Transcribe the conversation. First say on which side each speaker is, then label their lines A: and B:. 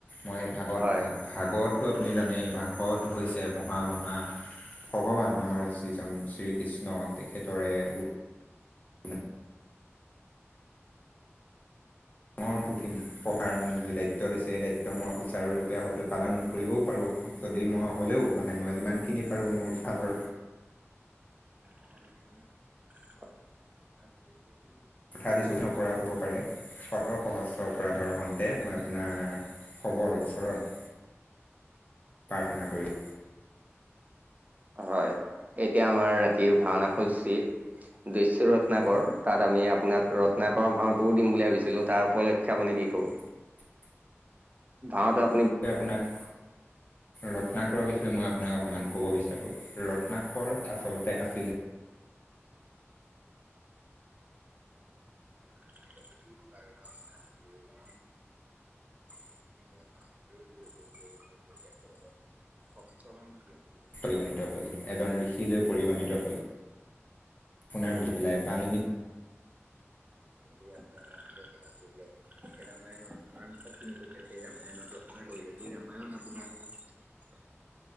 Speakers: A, on the left (about 35°); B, on the right (about 35°).
A: মই ভাগবত
B: হয়
A: ভাগ ভাগবতটো আপুনি জানেই ভাগৱত হৈছে মহা, মহা ভগৱান আমাৰ যিজন শ্ৰীকৃষ্ণ তেখেতৰে ৰূপ। <unintelligible> ডাঙৰ পুথি পঢ়াৰ মোক যি দায়িত্ব দিছে এই দায়িত্ব মই সুচাৰুৰূপে হয়তো পালন নকৰিবও পাৰোঁ। যদি মই হ'লেও মানে মই যিমানখিনি পাৰোঁ মোৰ ফালৰ
B: <unintelligible>
A: কথা দিছোঁ অপৰাধ হ'ব পাৰে, শত সহস্ৰ অপৰাধৰ হন্তে মই আপোনাৰ সৱৰ ওচৰত প্ৰাৰ্থনা কৰি
B: হয় এতিয়া আমাৰ ৰাতিৰ ভাওনা হৈছি দস্যু ৰত্নাকৰ। ‌তাত আমি আপোনাক ৰত্নাকৰৰ ভাওঁটোও দিম বুলি ভাবিছিলোঁ। তাৰ উপলক্ষে আপুনি কি ক'ব?
A: <inaudible>
B: অ দক।
A: এ আপোনাক ৰত্নাকৰৰ বিষয়ে মই আপোনাক অকণমান ক'ব বিচাৰো। ৰত্নাকৰ আচলতে আছ
B: <unintelligible> না গোলাম <unintelligible> গৈ গৈ গৈ গৈ অফিচৰ পৰা নিদিয়ে।
A: পৰিগণিত হ'ল এজন ঋষি লৈ পৰিগণিত হ'ল। আপোনাৰ হৈ পেলাই বাল্মিক
B: ইয়াত আপোনাৰ মামে <unintelligible> ৰামায়ণৰ সাৰাংশখিনি সেই ৰামায়ণত ৰচনা কৰিলে সেই ৰামায়ণ আপোনাৰ